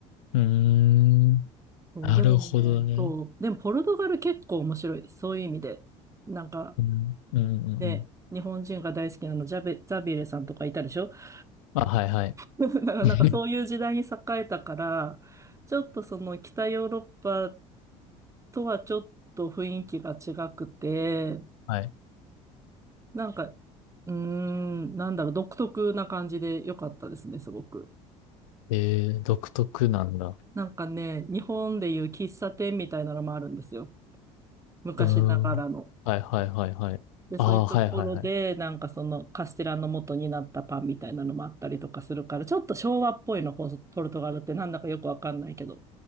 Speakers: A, on the left (about 85°); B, on the right (about 20°).
A: うんうーん
B: そう、
A: なるほどね。
B: でもね、そう、でもポルトガル結構面白いです。そういう意味で。なんか、
A: うん、うん、うん、
B: で、
A: うん。
B: 日本人が大好きなの、ジャベ、ザビエレさんとかいたでしょ <laughs>
A: あ、はいはい。
B: だから
A: <laughs>
B: <laughs> なんかそういう時代に栄えたから、ちょっとその北ヨーロッパとはちょっと雰囲気が違くて、
A: はい。
B: なんか、うーん、なんだろう、独特な感じで良かったですね、すごく。
A: えー、独特なんだ。
B: なんかね、日本でいう喫茶店みたいなのもあるんですよ。昔ながらの。
A: うーん。はいはいはいはい。
B: で、
A: ああ、
B: そういうところで、
A: はいはいはい。
B: なんかそのカステラの元になったパンみたいなのもあったりとかするから、ちょっと昭和っぽいの、ポポルトガルってなんだかよくわかんないけど。